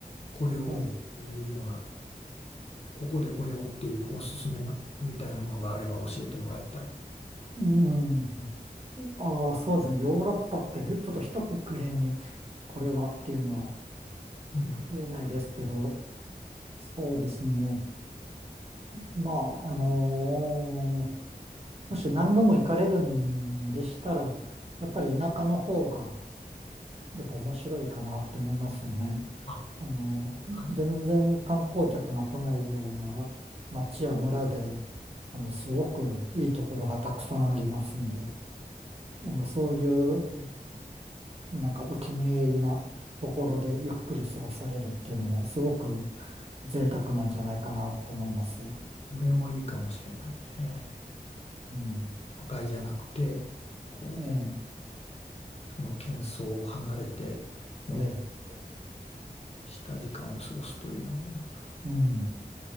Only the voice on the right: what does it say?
はい。
うん。ああ、そうですね。ヨーロッパってねちょっと一括りにこれはっていうのは
言えないですけど、そうですね。まあ、あのーもし何度も行かれるんでしたら、やっぱり田舎の方がやっぱ面白いかなと思いますよね。
あのー全然観光客の来ないような町や村で、
あの、すごくいいところがたくさんありますんで、あの、そういうなんかお気に入りなところでゆっくり過ごされるっていうのもすごく贅沢なんじゃないかなって思います。
うん。
ええ、
ええ、
うん。